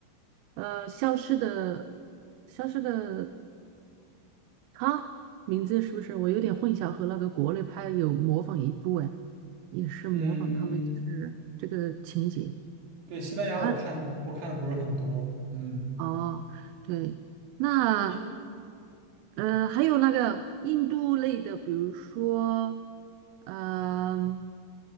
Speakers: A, on the right; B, on the right.
A: 呃消失的消失的他名字是不是？我有点混淆，和那个国内拍有模仿一部哎，也是模仿他们就是这个情节，
B: 嗯，对，西班牙我看我看的不是很多，
A: 他
B: 嗯，
A: 哦，对，那
B: 一
A: 呃，还有那个印度类的，比如说，嗯、